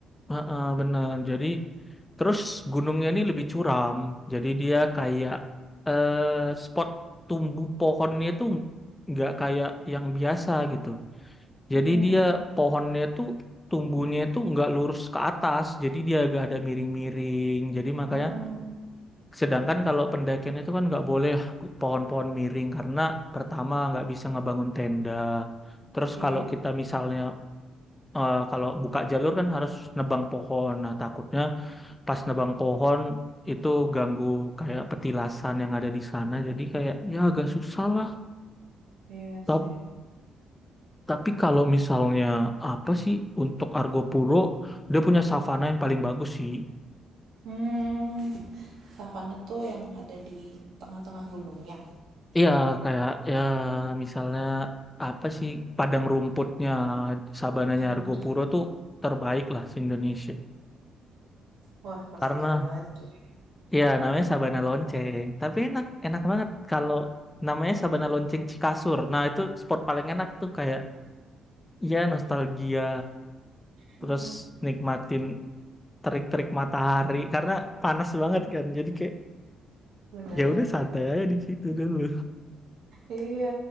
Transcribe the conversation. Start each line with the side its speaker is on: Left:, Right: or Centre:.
Left: eh, eh, bener, jadi terus gunungnya ini lebih curam, jadi dia kayak eh, spot tumbuh pohonnya itu nggak kayak yang biasa gitu.
Right: Hmm.
Left: Jadi dia pohonnya itu tumbuhnya itu nggak lurus ke atas, jadi dia agak ada miring-miring. Jadi
Right: Hmm,
Left: makanya
Right: kebayang.
Left: Sedangkan kalau pendakian itu kan nggak boleh pohon-pohon miring karena pertama nggak bisa ngebangun tenda. Terus
Right: Iya,
Left: kalau kita misalnya eh, kalau buka jalur kan harus nebang pohon. Nah, takutnya pas nebang pohon itu ganggu kayak petilasan yang ada di sana. Jadi kayak ya agak
Right: mmm,
Left: susah lah.
Right: iya
Left: Ta-
Right: sih.
Left: Tapi kalau misalnya apa sih untuk Argo Puro, dia punya savana yang paling bagus sih.
Right: Mmm, savana tuh yang ada di tengah-tengah gunungnya?
Left: Iya, kayak ya misalnya apa sih padang rumputnya sabananya
Right: Mmm.
Left: Argopuro tuh terbaik lah se Indonesia.
Right: Wah, pasti
Left: Karena
Right: keren banget sih. Betul.
Left: ya namanya sabana lonceng, tapi enak enak banget kalau namanya sabana lonceng Cikasur. Nah, itu spot paling enak tuh kayak ya nostalgia
Right: Mhm,
Left: terus nikmatin terik-terik matahari karena panas banget kan. Jadi kayak
Right: bener.
Left: ya udah santai aja di situ dulu.
Right: Iya,